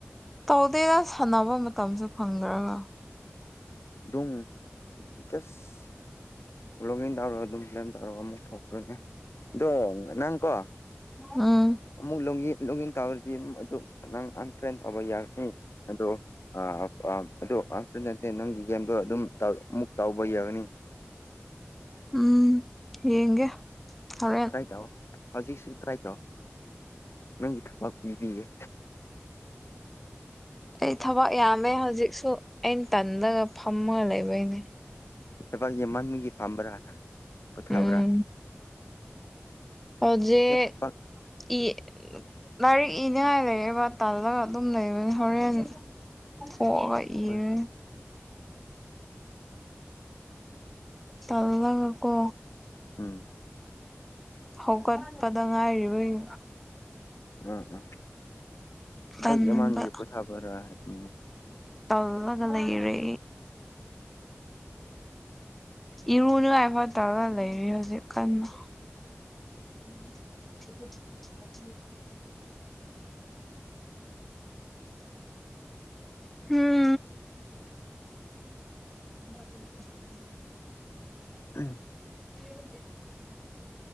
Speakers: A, in the centre; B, on the left (about 65°).
A: ꯇꯧꯗꯦꯗ ꯁꯥꯟꯅꯕ ꯃꯇꯝꯁꯨ ꯐꯪꯗ꯭ꯔꯒ
B: ꯗꯨꯡ ꯇꯁ ꯔꯣꯃꯦꯟ ꯇꯧꯔ ꯑꯗꯨꯝ ꯅꯪ ꯇꯧꯔ ꯑꯃꯨꯛ ꯊꯣꯛꯈ꯭ꯔꯅꯦ ꯑꯗꯣ ꯅꯪ ꯀꯣ
A: ꯎꯝ
B: ꯑꯃꯨꯛ ꯂꯣꯛ ꯏꯟ ꯂꯣꯛ ꯢꯟ ꯇꯧꯔꯗꯤ ꯑꯗꯨ ꯅꯪ ꯑꯟꯐ꯭ꯔꯦꯟ ꯇꯧꯕ ꯌꯥꯒꯅꯤ ꯑꯗꯣ ꯑꯥ ꯑꯗꯨ <unintelligible> ꯅꯪꯒꯤ ꯒꯦꯝꯗꯣ ꯑꯗꯨꯝ ꯑꯃꯨꯛ ꯇꯧꯕ ꯌꯥꯒꯅꯤ
A: ꯎꯝ ꯌꯦꯡꯒꯦ ꯍꯧꯔꯦꯟ
B: ꯇ꯭ꯔꯥꯏ ꯇꯧ ꯍꯧꯖꯤꯛꯁꯨ ꯇ꯭ꯔꯥꯏ ꯇꯧ ꯅꯪꯒꯤ ꯊꯕꯛ ꯄꯤꯕꯤꯒꯦ
A: ꯑꯩ ꯊꯕꯛ ꯌꯥꯝꯃꯦ ꯍꯧꯖꯤꯛꯁꯨ ꯑꯩꯅ ꯇꯟꯂꯒ ꯐꯝꯃꯒ ꯂꯩꯕꯩꯅꯦ
B: ꯊꯕꯛ ꯌꯥꯝꯃꯟꯕꯒꯤ ꯐꯝꯕꯔ ꯄꯣꯊꯥꯕ꯭ꯔꯥ
A: ꯎꯝ ꯍꯧꯖꯤꯛ
B: ꯊꯕꯛ
A: ꯏ ꯂꯥꯏꯔꯤꯛ ꯏꯅꯤꯡꯉꯥꯏ ꯂꯩꯑꯦꯕ ꯇꯜꯂꯒ ꯑꯗꯨꯝ ꯂꯩꯕꯅꯤ ꯍꯣꯔꯦꯟ ꯊꯣꯛꯑꯒ ꯏꯔꯟ
B: ꯍꯣꯏ ꯍꯣꯏ
A: ꯇꯜꯂꯒ ꯀꯣ
B: ꯎꯝ
A: ꯍꯧꯒꯠꯄꯗ ꯉꯥꯢꯔꯤꯕꯩ
B: <unintelligible>
A: ꯇꯟꯕ ꯇꯜꯂꯒ ꯂꯩꯔꯦ ꯏꯔꯨꯅꯨ ꯅꯤꯡꯉꯥꯢ ꯐꯠ ꯇꯧꯔ ꯂꯩꯔꯦ ꯍꯧꯖꯤꯛ ꯀꯟꯅ <inaudible> ꯍꯨꯝ <unintelligible>
B: ꯎꯝ
A: <unintelligible>